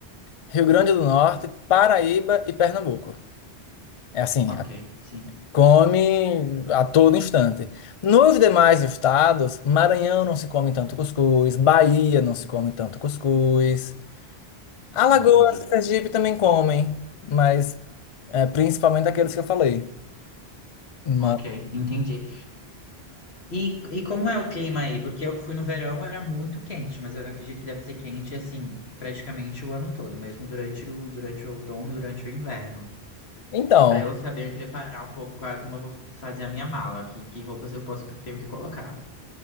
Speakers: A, on the left; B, on the left.
A: Rio Grande do Norte, Paraíba e Pernambuco. É assim,
B: Ok,
A: a-
B: sim,
A: come a todo instante. Nos demais estados, Maranhão não se come tanto cuscuz, Bahia não se come tanto cuscuz, Alagoas,
B: entendi.
A: e Sergipe também comem, mas É, principalmente aqueles que eu falei. Mas,
B: Ok, entendi. E, e como é o clima aí? Porque eu fui no verão, era muito quente, mas eu acredito que deve ser quente assim, praticamente o ano todo, mesmo durante o, durante o outono, durante o inverno.
A: então,
B: Pra eu saber me preparar um pouco com a- como eu vou fazer a minha mala, que, que roupas eu posso tenho que colocar.